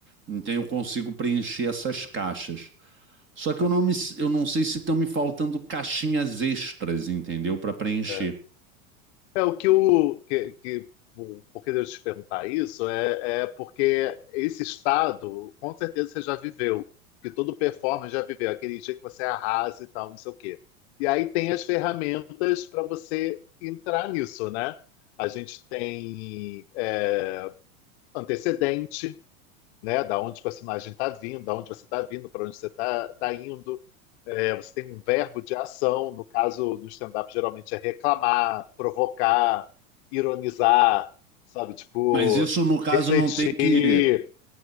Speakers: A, on the right; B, on the left.
A: Então eu consigo preencher essas caixas. Só que eu não, me, eu não sei se estão me faltando caixinhas extras, entendeu? Para preencher.
B: É, É, o que o que, que o- por que eu te perguntar isso é, é porque esse estado, com certeza você já viveu, que todo performer já viveu, aquele dia que você arrasa e tal, não sei o quê. E aí tem as ferramentas para você entrar nisso, né? A gente tem é, antecedente né? Da onde o personagem está vindo, da onde você está vindo, para onde você está tá indo. É, você tem um verbo de ação, no caso do stand-up, geralmente é reclamar, provocar, ironizar, sabe? Tipo,
A: Mas isso, no caso,
B: refletir.
A: não tem que